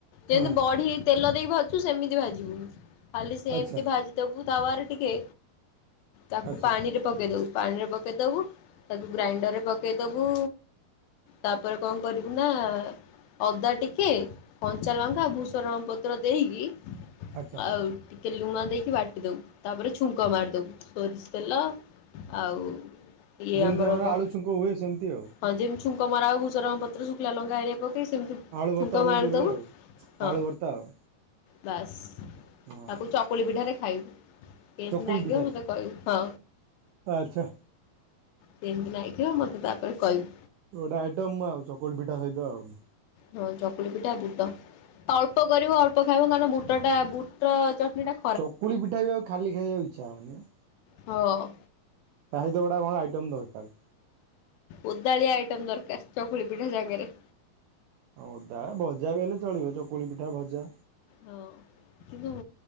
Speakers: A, on the left; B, on the right.
A: ଯେମିତି
B: ହଁ
A: ବଢି ତେଲ ଦେଇ ଭାଯୁଛୁ ସେମିତି ଭାଜିବୁ ଖାଲି ସେମିତି
B: ଆଚ୍ଛା
A: ଭାଜ ଦବୁ ତାୱାରେ ଟିକେ ତାକୁ
B: ଆଚ୍ଛା
A: ରେ ପକେଇ ଦେବୁ ପାଣିରେ ପକେଇ ଦେବୁ ତାକୁ ଗ୍ରାଇଣ୍ଡର ରେ ପକେଇଦବୁ। ତାପରେ କଣ କରିବୁ ନା? ଅଦା ଟିକେ କଞ୍ଚାଲଙ୍କା ଭୂଷ ରଙ୍ଗ ପତ୍ର ଦେଇକି
B: ଆଚ୍ଛା
A: ଆଉ ଟିକେ ଲୁଣ ଦେଇକି ବାଟିଦବୁ ତାପରେ ଛୁଙ୍କ ମାରିଦବୁ ସୋରିଷ ତେଲ ଆଉ ଇଏ
B: ଯେମିତି
A: ଆମର କଣ?
B: ଆଳୁ ଛୁଙ୍କ ହୁଏ ସେମିତି ଆଉ।
A: ହଁ ଯେମିତି ଛୁଙ୍କ ମରା ହୁଏ ଭୁସରଙ୍ଗ ପତ୍ର ଶୁଖିଲା ଲଙ୍କା ହେରିିକା ପକେଇକି ସେମିତି।
B: ଆଳୁବର୍ତ୍ତା
A: ଛୁଙ୍କ
B: ଯେମିତି
A: ମାରିଦବୁ
B: ହୁଏ ଆଉ
A: ହଁ
B: ଆଳୁବର୍ତ୍ତା ଆଉ
A: ବାସ୍
B: ହଁ
A: ତାକୁ ଚକୁଳି ପିଠାରେ ଖାଇବୁ କେମିତି
B: ଚକୁଳି
A: ନାଗିବ
B: ପିଠାରେ
A: ମତେ କହିବୁ? ହଁ
B: ଆଚ୍ଛା।
A: କେମିତି ନାଗିବ ମତେ ତାପରେ କହିବୁ?
B: ଗୋଟେ ଆଇଟମ୍ ଆଉ ଚକୁଳି ପିଠା ସହିତ ଆଉ
A: ହଁ ଚକୁଳି ପିଠା ବୁଟ ଅଳ୍ପ କରିବ ଅଳ୍ପ ଖାଇବ କାରଣ ବୁଟ ଟା ବୁଟ ଚଟଣିଟା।
B: ଚକୁଳି ପିଠାବି ଖାଲି ଖାଇବାକୁ ଇଚ୍ଛା ହଉନି।
A: ହଁ।
B: ତାହେଲେ ଗୋଟେ କଣ ଆଇଟମ୍ ଦରକାର।
A: ଓଦାଳିଆ ଆଇଟମ ଦରକାର ଚକୁଳି ପିଠା ସାଙ୍ଗେରେ।
B: ଓଦା ଭଜା ବି ହେଲେ ଚଳିବ ଚକୁଳି ପିଠା ଭଜା।
A: ହଁ କିନ୍ତୁ।